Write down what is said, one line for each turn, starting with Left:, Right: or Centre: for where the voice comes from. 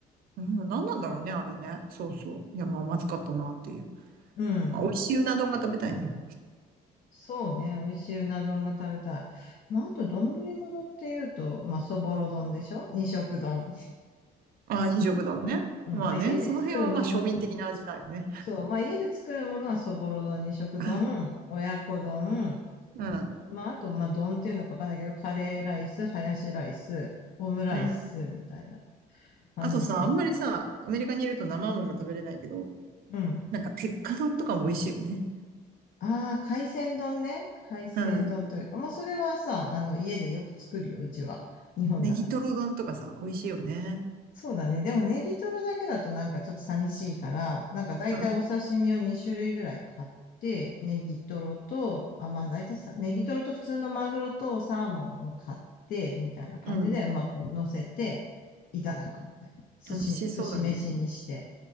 Right: うん、何なんだろうね、あれね。そうそう。いや、まあ、まずかったなっていう。
Left: うん。
Right: まあ、美味しいうな丼が食べたいね。
Left: そうね、美味しいうな丼が食べたい。まあ、あと、丼物っていうと、まあ、そぼろ丼でしょ二色丼。
Right: ああ、二色丼ね。
Left: うん。
Right: まあね、
Left: まあ、家で作るものっ
Right: その辺はまあ庶民的な味だよね。
Left: そう、まあ家で作るものはそぼろ丼、二色丼、
Right: あ、
Left: 親子丼、
Right: うん、
Left: まああと、まあ丼っていうのかわかんないけど、カレーライス、ハヤシライス、オムライスみたいな
Right: うん。
Left: 感じかな。
Right: あとさ、あんまりさ、アメリカにいると生もんが食べれないけど、
Left: うん。
Right: なんか鉄火丼とかも美味しいよね。
Left: ああ、海鮮丼ね。海鮮丼というか、
Right: うん。
Left: まあそれはさ、あの家でよく作るよ、うちは。日本だから。
Right: ネギトロ丼とかさ、美味しいよね。
Left: そうだね。でもネギトロだけだとなんかちょっと寂しいから、なんか大体お刺身を2種類ぐらい買って、
Right: うん、
Left: ネギトロと、あ、まあ大体さ、ネギトロと普通のマグロとサーモンを買って、みたいな感じで、
Right: うん。
Left: まあこう乗せていただくみたいな。寿司、
Right: 美味しそうだね。
Left: 寿司飯にして。